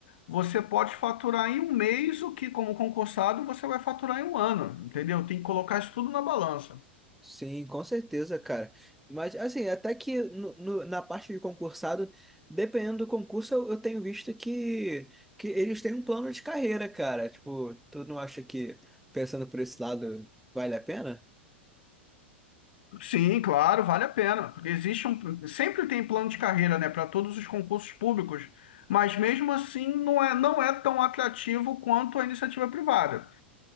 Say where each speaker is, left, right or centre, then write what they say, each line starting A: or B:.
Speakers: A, on the left (about 55°); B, in the centre.
A: você pode faturar em um mês o que, como concursado, você vai faturar em um ano, entendeu? Tem que colocar isso tudo na balança.
B: Sim, com certeza, cara. Mas, assim, até que no, no- na parte de concursado, dependendo do concurso, eu, eu tenho visto que, que eles têm um plano de carreira, cara. Tipo, tu não acha que, pensando por esse lado, vale a pena?
A: Sim, claro, vale a pena, porque existe um, sempre tem plano de carreira, né, para todos os concursos públicos, mas mesmo assim não é, não é tão atrativo quanto a iniciativa privada.